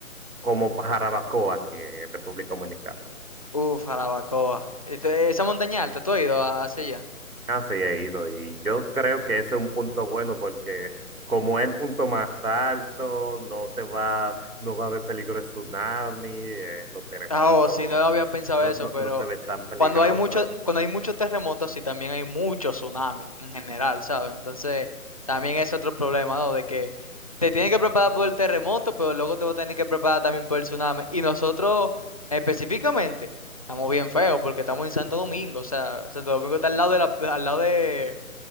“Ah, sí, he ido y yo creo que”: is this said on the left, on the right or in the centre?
Right